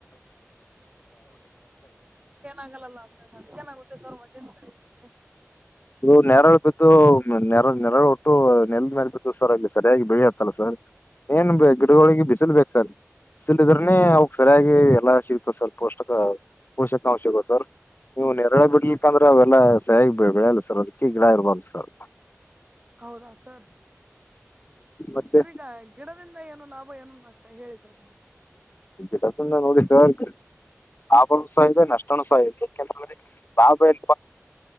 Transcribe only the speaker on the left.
ಇದು ನೆರಳು ಬಿದ್ದು ನೆರಳ ನೆರಳು ಒಟ್ಟು ನೆಲ್ ಮೇಲೆ ಬ ಬಿಿದ್ದು ಸರ್ ಅಲ್ಲಿ ಸರಿಯಾಗಿ ಬೆಳಿಯ ತ್ತಲ ಸರ್ ಏನ್ ಗಿಡಗಳಿಗೆ ಬಿಸಿಲು ಬೇಕು ಸರ್ ಇದ್ರನೇ ಅವಕ್ ಸರಿಯಾಗಿ ಎಲ್ಲಾ ಸಿಗ್ತ ಸರ್ ಪೋಷಕ ಪೋಷಕಾಂಶ ಸಿಗ ಸರ್ ನೀವು್ ನೆರಳೆ ಬಿಡ್ಲಿಕ್ಕಂದ್ರೆ ಅವೆಲ್ಲ ಸೇಗ ಬೆಳಲ್ಲ ಸರ್ ಅದಕ್ಕಿ ಗಿಡ ಇರ್ಬಾರದು ಸರ್
ಮತ್ತೆ
ಗಿಡದಿಂದ ನೋಡಿ ಸರ್ ಹಬ ಸಹ ಇದೆ ನಷ್ಟನ ಸಹ ಇದೆ ಯಾಕೆಂತಂದ್ರೆ ಬಾಬ ಎ